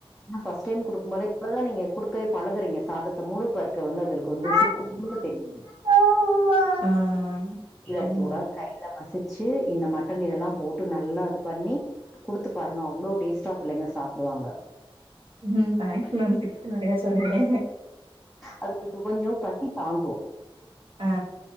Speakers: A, in the centre; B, on the right.
A: ஃப்ர்ஸ்ட் டைம் குடுக்குபோது இப்பதான் நீங்க குடுக்கவே பழகுறீங்க சாதத்தை முழுப்பக் க வந்து அதுகளுக்கு வந்து
B: ஆ
A: சிக்குனு தெரியு
B: <inaudible>
A: மிக்ஸில அடிக்க கூடாது
B: ஆமா
A: கையில மசிச்சு இந்த மட்டன் இதெலாம் போட்டு நல்லா இது பண்ணி குடுத்து பாருங்க அவ்ளோ டேஸ்ட்டா புள்ளைங்க சாப்டுவாங்க
B: ம் தேங்க்ஸ் மேம் டிப்ஸ் நெறைய சொல்றீங்க
A: அதுக்கு கொஞ்சோ பசி தாங்கு
B: ஆ